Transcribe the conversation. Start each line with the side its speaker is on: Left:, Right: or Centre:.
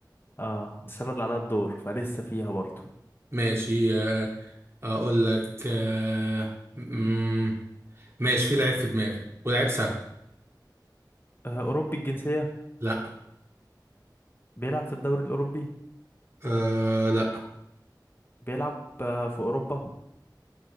Left: اه بس انا اللي عليا الدور فلسه فيها برضه
Right: ماشي آه اقول لك آه مم، ماشي في لعيب في دماغي ولعيب سهل
Left: آه اوروبي الجنسيه
Right: لا
Left: بيلعب في الدوري الاوروبي
Right: آه لا
Left: بيلعب آه في اوروبا